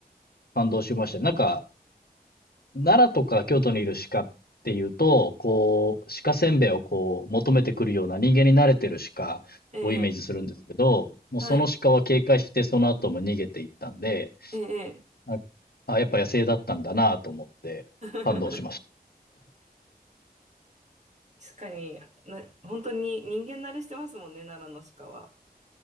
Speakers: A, on the left; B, on the right.
A: 感動しました。なんか、奈良とか京都にいる鹿っていうと、こう、鹿せんべいをこう、求めてくるような人間に慣れてる鹿をイメージするんですけど、
B: ええ、
A: もうその鹿は警戒してその後も逃げていったんで、
B: はい、ええ。
A: あ、あ、やっぱ野生だったんだなと思って感動しまし
B: <laughs> 確かにな、本当に人間慣れしてますもんね、奈良の鹿は。